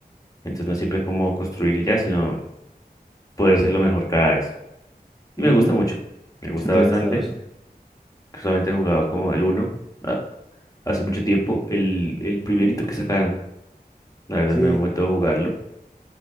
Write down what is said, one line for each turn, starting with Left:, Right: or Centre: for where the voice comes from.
Left: entonces no es siempre como construir y ya, sino poder hacerlo mejor cada vez.
Centre: Ujú,
Left: Y me gusta mucho, me gusta
Centre: Sí, tienes
Left: bastante,
Centre: toda la razón.
Left: solamente he jugado como el uno ah, hace mucho tiempo, el, el primerito que sacaron. La verdad,
Centre: Sí,
Left: no he vuelto a jugarlo.